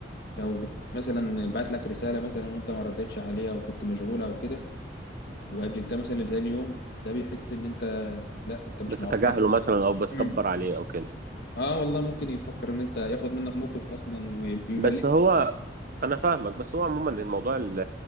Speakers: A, on the left (about 60°); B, on the right (about 50°).
A: لو مثلا بعت لك رسالة مثلا وأنت ما ردتش عليها أو كنت مشغولة أو كده وأجلتها مثلا لتاني يوم ده بيحس إن أنت لا أنت مش
B: بتتجاهله
A: معبر
B: مثلا او بتكبر
A: مم.
B: عليه او كده
A: اه والله ممكن يفكر ان انت ياخد منك موقف اصلا ويبلغ
B: بس هو انا فاهمك بس هو عموما الموضوع ال-